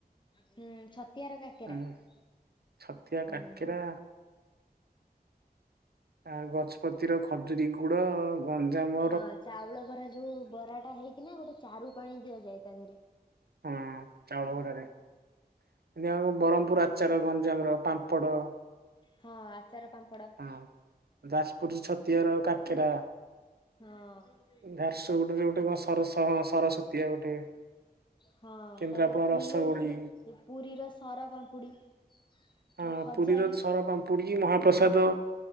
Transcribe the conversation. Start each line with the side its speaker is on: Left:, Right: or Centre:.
Left: ହୁଁ ଛତିଆର କାକେରା
Right: ଉଁ
Left: ହୁଁ।
Right: ଛତିଆ କାକେରା ଆଁ ଗଜପତି ର ଖଜୁରୀ ଗୁଡ଼। ଗଞ୍ଜାମ
Left: ହଁ ଚାଉଳ ବରା ଯୋଉ ବରାଟା ହେଇକିନା ଗୋଟେ ଚାରୁ ପାଣି ଦିଆଯାଏ ତା ଦେହରେ।
Right: ହଁ ଚାଉଳ ବରାରେ କିନ୍ତୁ ଆମ ବରମ୍ପୁର ଆଚାର ଗଞ୍ଜାମର ପାମ୍ପଡ଼।
Left: ହଁ ଆଚାର ପାମ୍ପଡ଼।
Right: ହଁ ଯାଜପୁର ଛତିଆର କାକେରା।
Left: ହଁ।
Right: ଝାରସୁଗୁଡ଼ାରେ ଗୋଟେ କଣ ସର ସହ ସରସତୀଆ ଗୋଟେ।
Left: ହଁ
Right: କେନ୍ଦ୍ରାପଡା
Left: ତାପରେ ପୁରୀର
Right: ରସବଳି
Left: ଯେମତି ପୁରୀର ସର ପାମ୍ପୁଡି।
Right: ହଁ
Left: ଆଉ ଖଜା
Right: ପୁରୀର
Left: ବି
Right: ସରପାମ୍ପୁ ପୁଡ଼ି ମହାପ୍ରସାଦ